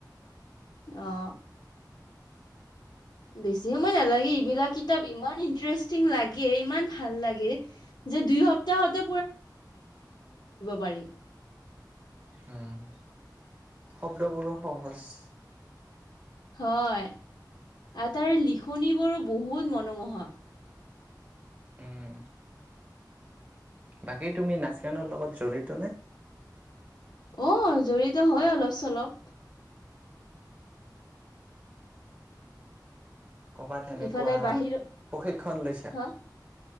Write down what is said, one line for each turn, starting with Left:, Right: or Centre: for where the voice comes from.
Left: আহ, বেছি সময় নালাগে এইবিলাক কিতাব ইমান ইনষ্টেৰেচতিং লাগে, ইমান ভাল লাগে, যে দুই সপ্তাহতে পাৰি।
Right: উম, শব্দবোৰো সহজ।
Left: হয়, আৰু তাৰে লিখনিবোৰো বহুত মনোমোহা।
Right: উম, বাকী তুমি নাচ গানৰ লগত জড়িত নে?
Left: অ' জড়িত হয় অলপ চলপ।
Right: কৰবাত তেনেকুৱা
Left: ইফালে বাহিৰ
Right: প্ৰশিক্ষণ লৈছা?
Left: হা